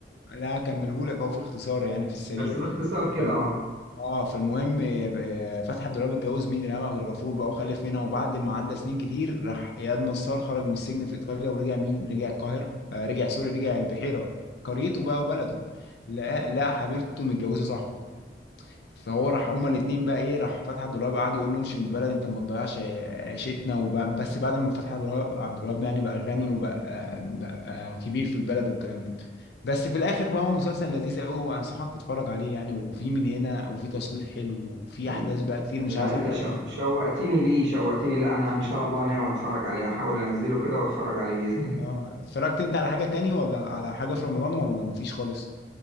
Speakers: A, on the left (about 65°); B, on the right (about 90°).
A: لا اكملهولك اهو في اختصار يعني في السريع
B: بس
A: كده
B: باختصار كده
A: فالم...
B: اه
A: اه فالمهم آه، فتحي عبد الوهاب اتجوز مين ريهام عبد الغفور بقى وخلف منها وبعد ما عدى سنين كتير راح اياد نصار خرج من السجن في ايطاليا ورجع مين رجع القاهره آه رجع سوري رجع البحيره قريته بقى وبلده لقى لقى حبيبته متجوزه صاحبه فهو راح هما الاتنين بقى ايه راح فتحي عبد الوهاب قعد يقول له امشي من البلد انت ما تضيعش عيشتنا وب- بس بعد ما فتحي عبد الوهاب عبد الوهاب يعني بقى غني وبقى بقى كبير في البلد والكلام ده بس في الاخر بقى هو مسلسل لذيذ قوي وانصحك تتفرج عليه يعني وفي من هنا وفي تصوير حلو وفي
B: م-
A: احداث بقى كتير مش
B: لا
A: عايز
B: انت
A: احرقها
B: شو-
A: لك
B: شوقتني ليه شوقتني لا انا ان شاء الله ناوي اتفرج عليه هحاول انزله كده واتفرج عليه باذن الله
A: اه اتفرجت انت على حاجة تاني ولا على حاجة في رمضان ولا مفيش خالص